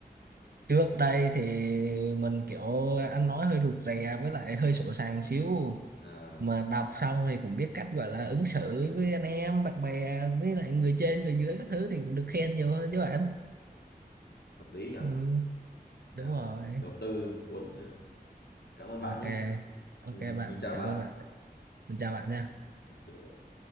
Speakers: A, on the right (about 65°); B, on the left (about 80°).
A: Trước đây thì mình kiểu ăn nói hơi rụt rè với lại hơi sổ sàng xíu
B: À,
A: mà đọc xong thì cũng biết cách gọi là ứng xử với anh em bạn bè với lại người trên người dưới các thứ thì cũng được khen nhiều hơn chứ bạn
B: hợp lý nhỉ?
A: ừ,
B: Nào
A: đúng rồi
B: ờ, đầu tư một cuốn rồi. Cảm ơn
A: ok
B: bạn nhé.
A: ok
B: Ừ,
A: bạn
B: mình chào
A: cảm
B: bạn.
A: ơn bạn mình chào bạn nha
B: Ok.